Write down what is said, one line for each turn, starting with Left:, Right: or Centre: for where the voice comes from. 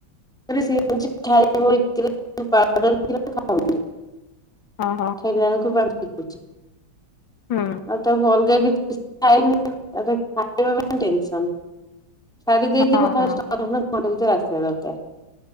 Centre: <unintelligible>
Left: ହଁ ହଁ।
Centre: ଖାଇଲାବେଳକୁ ବାରଟା ବାଜୁଛି।
Left: ହୁଁ।
Centre: ଆଉ ତାକୁ ଅଲଗା କିଛି ଖାଇନି ତା ପାଇଁ ଖାଇବା ପାଇଁ ଟେନସନ୍। ଛାଡି ଦେଇଯିବ
Left: ହଁ
Centre: <unintelligible>
Left: ହଁ
Centre: ଆସିବା ଦରକାର।